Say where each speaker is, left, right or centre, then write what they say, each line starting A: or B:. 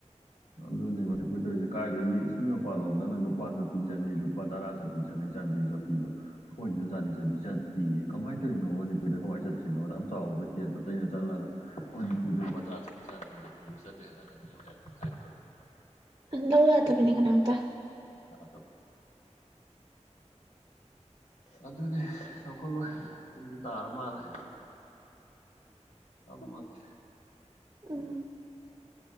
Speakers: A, on the left; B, on the right.
A: ꯑꯗꯨꯅꯦ ꯃꯅꯤꯄꯨꯔ ꯇꯧꯔꯤꯁꯦ ꯀꯥꯏꯗꯒꯤ ꯏꯁ ꯃꯤ ꯃꯄꯥꯟꯂꯣꯝꯗꯅ ꯂꯨꯄꯥ ꯆꯠꯄꯤ ꯆꯠꯅꯩ ꯂꯨꯄꯥ ꯇꯔꯥ ꯆꯠꯄꯤ ꯆꯠꯅꯩ ꯆꯥꯟꯗꯤ ꯆꯠꯄꯤꯗꯣ ꯑꯩꯈꯣꯏꯁꯤꯗꯅ ꯆꯥꯟꯗꯤ ꯆꯠꯄꯤ ꯆꯠꯇꯦꯌꯦ ꯀꯃꯥꯏ ꯇꯧꯏꯅꯣꯕ ꯃꯅꯤꯄꯨꯔꯗ ꯀꯃꯥꯏꯅ ꯆꯠꯇ꯭ꯔꯤꯅꯣꯗ ꯌꯥꯝ ꯆꯥꯎꯕ ꯏꯁꯇꯦꯠ ꯑꯇꯩꯩꯅ ꯆꯠꯂꯒ ꯃꯅꯤꯄꯨꯔꯗ ꯂꯨꯄꯥ ꯇꯔꯥ ꯆꯞꯄꯤ ꯆꯥꯟꯗꯤ ꯄꯤꯕ ꯆꯠꯇꯦ ꯍꯥꯏꯔꯗꯕꯅꯦ ꯌꯦꯡꯉꯣ ꯍꯦꯛ ꯍꯥꯏꯔꯛꯇ꯭ꯔꯕ ꯌꯦꯡꯉꯣ
B: ꯂꯧ ꯌꯥꯇꯕꯅꯦ ꯀꯅꯥꯝꯇ
A: ꯌꯥꯗꯕꯅꯤ
B: <inaudible>
A: ꯑꯗꯨꯅꯦ ꯆꯥꯎꯈꯠꯂꯣꯏ ꯄꯨꯡꯁꯨ ꯇꯥꯔ ꯃꯥꯜꯂꯦ ꯝꯃꯒꯦ
B: ꯎꯝ
A: ꯎꯝ